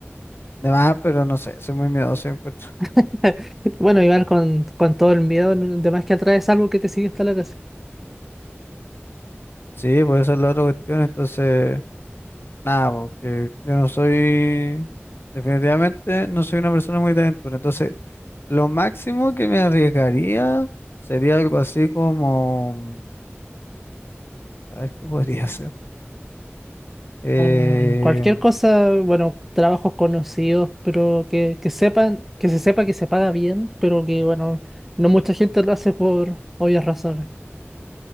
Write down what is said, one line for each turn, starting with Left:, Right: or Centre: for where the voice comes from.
Left: de más, pero no sé, soy muy miedoso yo encuentro.
Centre: <laughs> Bueno, Iván, con, con todo el miedo, de más que atraes algo que te sigue hasta la casa.
Left: Sí, pues esa es la otra cuestión, entonces nada, porque yo no soy, definitivamente no soy una persona muy de aventura, entonces lo máximo que me arriesgaría sería algo así como, a ver qué podría <laughs> ser. Eh,
Centre: Mm, cualquier cosa, bueno, trabajos conocidos, pero que, que sepan, que se sepa que se paga bien, pero que, bueno, no mucha gente lo hace por obvias razones.